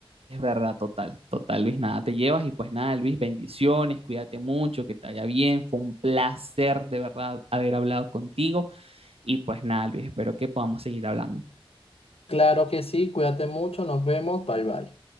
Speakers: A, on the right; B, on the left.
A: Es verdad, total, total, Luis, nada te llevas y pues nada, Luis, bendiciones, cuídate mucho, que te vaya bien. Fue un placer de verdad haber hablado contigo y pues nada, Luis, espero que podamos seguir hablando.
B: Claro que sí, cuídate mucho, nos vemos, bye bye.